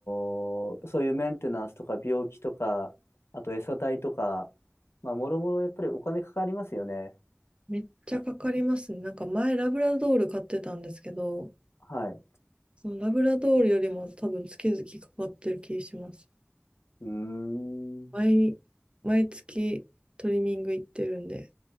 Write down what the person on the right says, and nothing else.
めっちゃかかりますねなんか前ラブラドール買ってたんですけど
そのラブラドールよりも多分月々かかってる気します
毎、毎月トリミング行ってるんで。